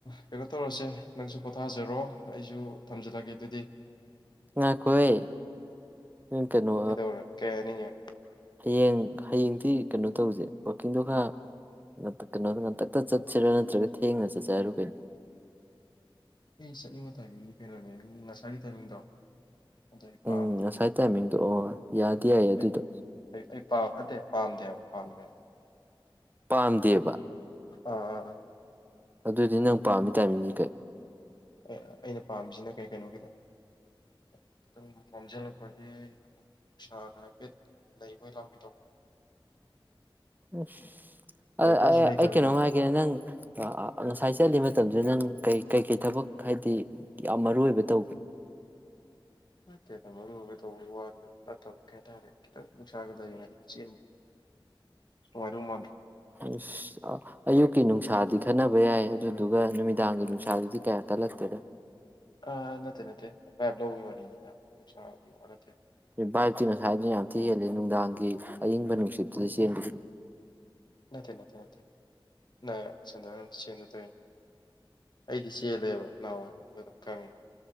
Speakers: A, on the left; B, on the right.
A: ꯀꯩꯅꯣ ꯇꯧꯔꯦ ꯅꯪꯁꯨ ꯄꯣꯊꯥꯔꯁꯦ ꯊꯝꯖꯔꯣ ꯑꯩꯁꯨ ꯊꯝꯖꯜꯂꯒꯦ ꯑꯗꯨꯗꯤ
B: ꯉ ꯉꯥꯏꯈꯣꯏ ꯀꯩꯅꯣ
A: ꯀꯩꯗꯧꯔꯦ ꯀꯩ ꯍꯥꯏꯅꯤꯡꯉꯦ
B: ꯍꯌꯦꯡ ꯍꯌꯦꯡꯗꯤ ꯀꯩꯅꯣ ꯇꯧꯁꯦ ꯋꯥꯛꯀꯤꯡꯗꯣ ꯈꯔ ꯀꯩꯅꯣꯗ ꯉꯥꯛꯇꯛꯇ ꯆꯠꯁꯤꯔꯥ ꯅꯠꯇ꯭ꯔꯒ ꯊꯦꯡꯅ ꯆꯠꯁꯦ ꯍꯥꯏꯔꯨ ꯀꯩꯅꯣ
A: ꯑꯩ ꯆꯠꯅꯤꯡꯕ ꯇꯥꯏꯃꯤꯡꯗꯤ ꯀꯩꯅꯣꯅꯦ ꯅꯁꯥꯔꯒꯤ ꯇꯥꯏꯃꯤꯡꯗꯣ ꯑꯗꯨ ꯑꯩ ꯄꯥꯝꯗꯦ
B: ꯎꯝꯁꯥꯏꯇ ꯃꯤ ꯇ ꯑꯣ ꯌꯥꯗꯤ ꯌꯥꯏ ꯑꯗꯨꯗꯣ
A: ꯑꯩ ꯑꯩ ꯑꯗꯦ ꯄꯥꯝꯗꯦꯕ ꯄꯥꯝꯗꯦ
B: ꯄꯥꯝꯗꯦꯕ
A: ꯑꯥ
B: ꯑꯗꯨꯗꯤ ꯅꯪ ꯄꯥꯝꯃꯤ ꯇꯥꯏꯃꯤꯡꯁ ꯀꯩ
A: ꯑꯩꯅ ꯄꯥꯝꯃꯤꯁꯤꯅ ꯀꯩ ꯀꯩꯅꯣꯒꯤꯗꯣ ꯈꯤꯇꯪ ꯃꯝꯁꯤꯜꯂꯛꯄꯒꯤ ꯎ ꯁꯥꯥꯒ ꯍꯥꯏꯐꯦꯠ ꯂꯩꯕꯣꯏ ꯂꯥꯛ
B: ꯎ ꯑ
A: ꯂꯩꯕ꯭ꯔꯁꯨ
B: ꯑꯩ
A: ꯂꯩꯇꯕꯤꯗꯣ
B: ꯀꯩꯅꯣꯝ ꯍꯥꯏꯒꯦ ꯅꯪ ꯉꯁꯥꯏ ꯆꯠꯂꯤ ꯃꯇꯝꯗꯨꯗ ꯅꯪ ꯀꯩ ꯀꯩꯀꯩ ꯊꯕꯛ ꯍꯥꯏꯗꯤ ꯌꯥꯝ ꯃꯔꯨ ꯑꯣꯏꯕ ꯇꯧꯒꯦ
A: ꯅꯠꯇꯦꯗ ꯃꯔꯨ ꯑꯣꯏꯕ ꯇꯧꯕꯒꯤ ꯋꯥ ꯅꯠꯇꯕ ꯀꯩ ꯍꯥꯏꯇꯥꯔꯦ ꯈꯤꯇꯪ ꯅꯨꯡꯁꯥꯒ ꯂꯩꯔꯤꯉꯩꯗ ꯆꯦꯟ ꯅꯨꯉꯥꯏꯗꯧ ꯃꯥꯟꯗ꯭ꯔꯣ
B: ꯑꯁ ꯑꯌꯨꯛꯀꯤ ꯅꯨꯡꯁꯥꯗꯤ ꯈꯟꯅꯕ ꯌꯥꯏ ꯑꯗꯨꯗꯨꯒ ꯅꯨꯃꯤꯗꯥꯡꯒꯤ ꯅꯨꯡꯁꯥꯗꯨꯗꯤ ꯀꯌꯥ ꯀꯜꯂꯛꯇꯦꯗ
A: ꯑꯥ ꯅꯠꯇꯦ ꯅꯠꯇꯦ ꯄꯥꯏꯞ ꯂꯧꯕꯩ ꯋꯥꯔꯤꯅꯤꯗ ꯅꯨꯡꯁꯥꯒꯤ ꯋꯥ ꯅꯠꯇꯦ
B: ꯕꯥꯏꯠ ꯁꯦ ꯉꯁꯥꯏꯗꯩ ꯌꯥꯝ ꯊꯤ ꯍꯦꯜꯂꯤ ꯅꯨꯡꯗꯥꯡꯒꯤ ꯑꯏꯤꯡꯕ ꯅꯨꯡꯁꯤꯠꯇꯨꯗ ꯆꯦꯟꯕꯒꯤ
A: ꯅꯠꯇꯦ ꯅꯠꯇꯦ ꯅꯠꯇꯦ <unintelligible> ꯆꯦꯟꯗ ꯇꯧꯏꯅꯤ ꯑꯩꯗꯤ ꯆꯦꯜꯂꯦꯕ ꯅꯥꯍꯥꯋꯥꯏ ꯑꯗꯨꯅ ꯀꯪꯉꯦ